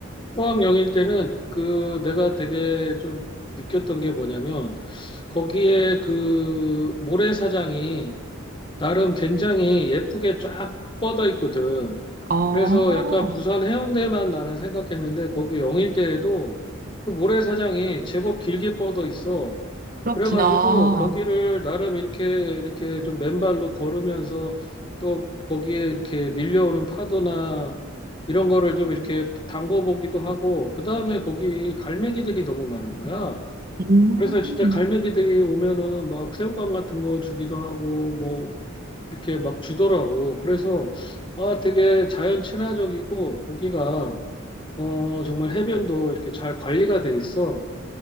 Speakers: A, on the left; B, on the right.
A: 포항영일 때는 그 내가 되게 좀 느꼈던 게 뭐냐면 거기에 그 모래사장이 나름 굉장히 예쁘게 쫙 뻗어 있거든.
B: 아,
A: 그래서 약간 부산 해운대만 나는 생각했는데 거기 영일대에도 그 모래사장이 제법 길게 뻗어 있어.
B: 그렇구나.
A: 그래가지고 거기를 나름 이렇게 이렇게 좀 맨발로 걸으면서 또 거기에 이렇게 밀려오는 파도나 이런 거를 좀 이렇게 담궈보기도 하고 그다음에 거기 갈매기들이 너무 많은 거야.
B: 음,
A: 그래서 진짜 갈매기들이 오면은 막 새우깡 같은 거 주기도 하고 뭐 이렇게 막 주더라고. 그래서 아 되게 자연 친화적이고 거기가 어 정말 해변도 이렇게 잘 관리가 돼 있어.